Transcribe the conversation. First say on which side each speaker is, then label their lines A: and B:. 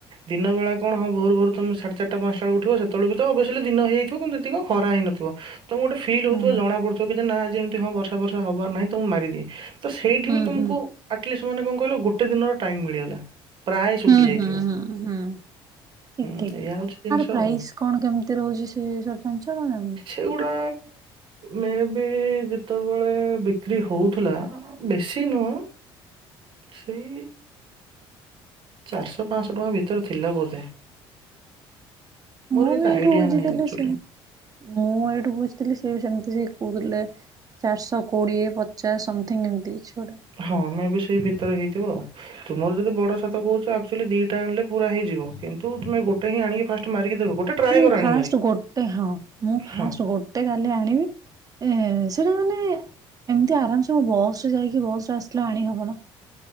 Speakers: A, on the right; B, on the right.
A: ଦିନ ବେଳେ କଣ ହଁ ଭୋରୁ, ଭୋରୁ ତମେ ସାଢେ ଚାରିଟା ପାଞ୍ଚଟା ବେଳେ ଉଠିବ ସେତବେଳେ ତ ଅଭସଲି ଦିନ ହେଇଯାଇଥିବ କିନ୍ତୁ ଏତିକି ଖରା ହେଇନଥିବ। ତମେ ଗୋଟେ ଫି
B: ହୁଁ
A: ତମକୁ ଜଣା ପଡୁଥିବ କି ଯେ ନା ଯେ ଏମିତି ହଁ ବର୍ଷା ବର୍ଷା ହବ ନାହିଁ ତୁମକୁ ମାରି ଦିଏ। ତ ସେଇଠି
B: ହୁଁ
A: ବି ତୁମକୁ
B: ହୁଁ
A: ଅଷ୍ଟଲିସ ମାନେ କଣ କହିଲ ଗୋଟେ ଦିନର ଟାଇମ୍ ମିଳିଗଲା। ପ୍ରାୟ ଶୁଖି
B: ହୁଁ
A: ଯାଇଥିବ
B: -ହୁଁ- ହୁଁ -ହୁଁ। ଠିକ,
A: ହୁଁ
B: ଠିକ
A: ଏଇଆ ହଉଛି ଜିନିଷ
B: ଆର୍ ପ୍ରାଇସ୍
A: ଆଉ
B: କଣ କେମିତି ରହୁଛି ସେ ସରପଞ୍ଚ ନା <unintelligible>
A: ଏଇଗୁଡ଼ା ମେ ବି ଯେତେବେଳେ ବିକ୍ରି ହଉଥିଲା ବେଶୀ ନୁହଁ? ଛି? ଚାରିଶହ ପାଞ୍ଚଶହ ଟଙ୍କା ଭିତରେ ଥିଲା ବୋଧେ।
B: ମୁଁ
A: ମୋର
B: ବି
A: ଏତେ
B: ଏଇଠୁ
A: ଆଇଡିଆ
B: ବୁଝିଥିଲି
A: ନାହିଁ ଆକ୍ଚୁଆଲି
B: ସେ ମୁଁ ଏଇଠୁ ବୁଝିଥିଲି ସେ ବି ସେମିତି ସେ କହୁଥିଲେ। ଚାରିଶହ କୋଡ଼ିଏ ପଚାଶ ସମଥିଙ୍ଗ ଏମିତି କି ଛୁଆଟା?
A: ହଁ ଆମେ ବି ସେଇ ଭିତରେ ହେଇଥିବ ଆଉ ତୁମର ଯଦି ବଡ ଛାତ କହୁଛ ଆ? ଆକଚଲି ଦୁଇଟା ଆଣେ ପୁରା ହେଇଯ କିୁମେ ଗୋ ହିଁ ଆଣି ଫାଷ୍ଟ ମାରିକି ଦେବେ ଗୋଟେ? ଟ୍ରାଏ
B: ମୁଁ
A: କର ଆଣିକି
B: ଫାଷ୍ଟ
A: ମାରି
B: ଗୋଟେ ହଁ ମୁଁ ଫାଷ୍ଟ
A: ହଁ
B: ଗୋଟେ କାଲି ଆଣିବି। ଏ ସେଇଟା ମାନେ ଏମିତି ଆରାମସେ ବସ ରେ ଯାଇକି ବସ ରେ ଆସିଲେ ଆଣି ହବ ନା।